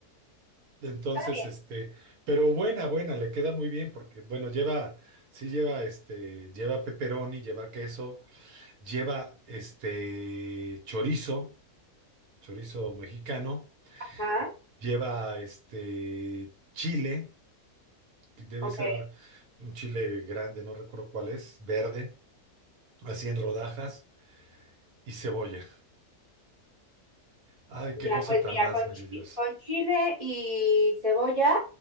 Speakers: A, on the right; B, on the right.
A: Entonces,
B: está bien.
A: este, pero buena, buena, le queda muy bien porque, bueno, lleva, sí lleva, este, lleva pepperoni, lleva queso, lleva, este, chorizo, chorizo mexicano,
B: Ajá,
A: lleva, este, chile, que debe
B: ok.
A: ser un chile grande, no recuerdo cuál es, verde, así en rodajas, y cebolla. Ay,
B: Ya,
A: qué cosa
B: pues
A: tan
B: mira,
A: más
B: con,
A: maravillosa.
B: chi- con chile y cebolla,